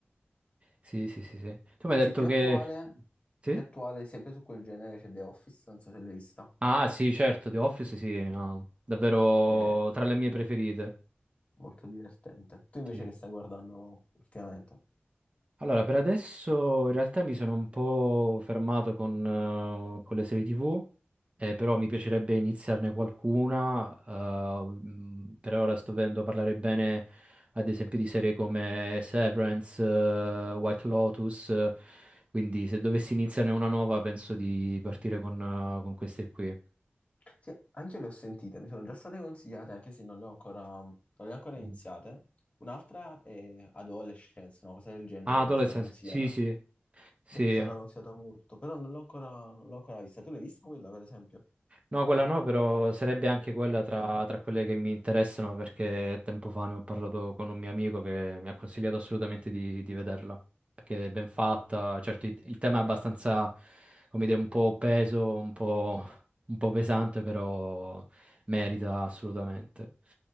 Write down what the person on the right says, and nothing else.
Sì, sì, sì, sì. Tu mi hai
detto
che...
Sì?
Ah, sì, certo, The Office, sì, no, davvero
tra le mie preferite.
Sì.
Allora, per adesso in realtà mi sono un po' fermato con, eh, con le serie TV, eh, però mi piacerebbe iniziarne qualcuna. eh, mh, per ora sto vedendo parlare bene, ad esempio, di serie come Severance, eh, White Lotus, eh, quindi se dovessi iniziarne una nuova penso di partire con, eh, con queste qui.
Mm.
Ah,
Adolescence,
sì, sì, sì.
No, quella no, però sarebbe anche quella
tra, tra quelle che mi interessano perché tempo fa ne ho parlato con un mio amico che mi ha consigliato assolutamente di, di vederla, perché è ben fatta, certo il, il tema è abbastanza, come dire, un po' peso, un po', un po' pesante, però merita assolutamente.